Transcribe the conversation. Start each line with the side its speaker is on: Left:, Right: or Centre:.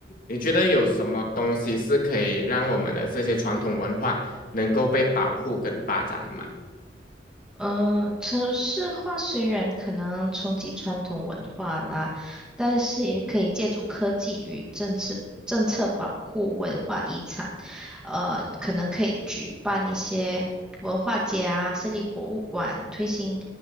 Left: 你觉得有什么东西是可以让我们的这些传统文化能够被保护跟发展的吗？
Centre: 呃，城市化虽然可能冲击传统文化啦，但是也可以借助科技与政策政策保护文化遗产。呃，可能可以举办一些文化节啊，设立博物馆，推行